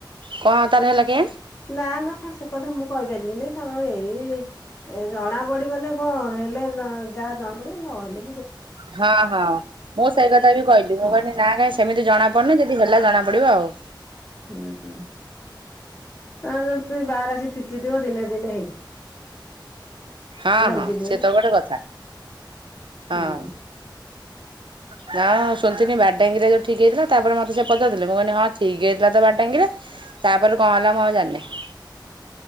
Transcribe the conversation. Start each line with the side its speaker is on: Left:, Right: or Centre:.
Right: କଣ
Left: <inaudible>
Right: ତାର ହେଲା କେଜାଣି
Left: ନା ନା ସେ କଥା ମୁଁ କହିଦିଲିନି ତ ଏଇ ଏ ଜଣା ପଡିବନ କଣ ହେଲେ ଯାହା ଜଣା ପଡିବ ନହଲେ
Right: ହଁ ହଁ ମୁଁ ସେଇ କଥା ବି କହିଲି ମୁଁ
Left: ହଁ
Right: କହିଲି ନା କାଇହିଁ ସେମିତି ଜଣା କନି ଯଦି ହେଲା ଜଣା ପଡିବ ଆଉ।
Left: ହୁଁ ହୁଁ <inaudible> ଆଉ ଯଦି ବାହାର ଆସି ଫିଟିଥିବ ଦିନେ ଦିନେ ହେଇ
Right: ହଁ ହଁ
Left: ବୁଝିଲିଣି
Right: ସେ ତ ଗୋଟେ କଥା <inaudible> ହଁ।
Left: ହୁଁ
Right: ହଁଁ ଶୁଣିଥିଲିନି ବାରଡାଙ୍ଗିରରେ ଯୋଉ ଠିକ୍ ହେଇଥିଲା ତାପରେ ମତେ ସେ ପଚାର ଦେଥିଲେ ମୁଁ କହିଲି ହଁ। ଠିକ ହେଇଥିଲା ତ ବାର ଟାଙ୍ଗିରେ ତାପରେ କଣ ହେଲା ମୁଁ ଆଉ ଯାଣିନି। <inaudible>